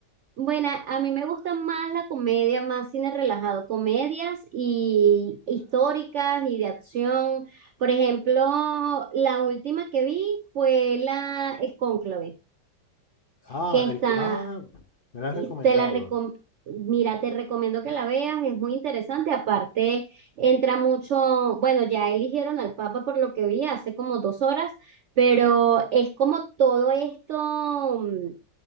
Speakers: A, on the right; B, on the left.
A: Bueno, a mí me gusta más la comedia, más cine relajado, comedias y históricas y de acción. Por ejemplo, la última que vi fue la es Cónclave,
B: Ah,
A: que está,
B: el, ah, me lo has
A: y
B: recomendado.
A: te la recom- mira, te recomiendo que la veas, es muy interesante. Aparte, entra mucho, bueno, ya eligieron al Papa por lo que vi hace como dos horas, pero es como todo esto. mm,